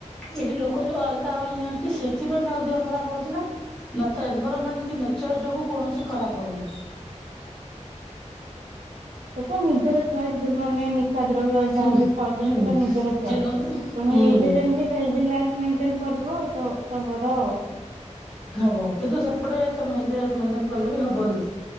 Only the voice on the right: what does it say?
ସେଟା ନିଜର ମାନେ ନିଃଶାଦ୍ରବ୍ୟ ଯାହାବି
ଖାଉଛନ୍ତି
ସେଟା ନିଜର ଚୋଏସ୍
ତମେ
ନିଜେ ଯେମିତି ହେଲ୍ଡି ଲାଇଫ ମେଣ୍ଟେନ କରିବ ତ ତମର